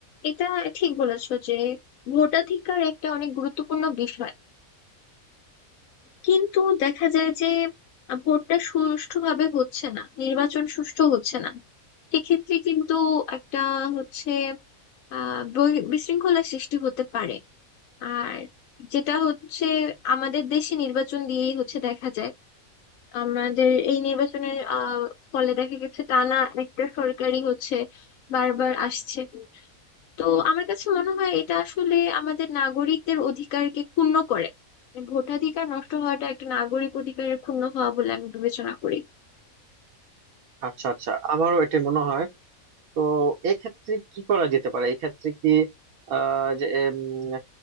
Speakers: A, on the left; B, on the right.
A: এটা ঠিক বলেছো যে ভোটাধিকার একটা অনেক গুরুত্বপূর্ণ বিষয় কিন্তু দেখা যায় যে ভোটটা সুষ্ঠুভাবে হচ্ছে না নির্বাচন সুষ্ঠু হচ্ছে না সেক্ষেত্রে কিন্তু একটা হচ্ছে আহ বহি- বিশৃঙ্খলা সৃষ্টি হতে পারে আর যেটা হচ্ছে আমাদের দেশে নির্বাচন দিয়েই হচ্ছে দেখা যায় আমাদের এই নির্বাচনের আহ ফলে দেখা গেছে টানা একটা সরকারি হচ্ছে বারবার আসছে তো আমার কাছে মনে হয় এটা আসলে আমাদের নাগরিকদের অধিকারকে ক্ষুণ্ণ করে ভোটাধিকার নষ্ট হওয়াটা একটা নাগরিক অধিকারের ক্ষুণ্ণ হওয়া বলে আমি বিবেচনা করি
B: আচ্ছা আচ্ছা আমারও এটা মনে হয় তো এক্ষেত্রে কি করা যেতে পারে এক্ষেত্রে কি আহ যে উম,